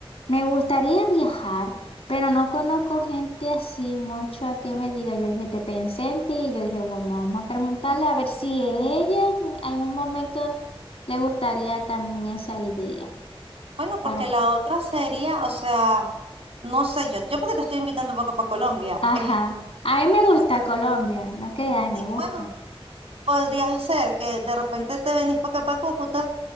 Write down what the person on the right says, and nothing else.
Bueno,
porque la otra sería, o sea, no sé yo, yo porque te estoy invitando un poco para Colombia,
este,
bueno,
sí,
bueno, podría ser que de repente te venís para acá para Cúcuta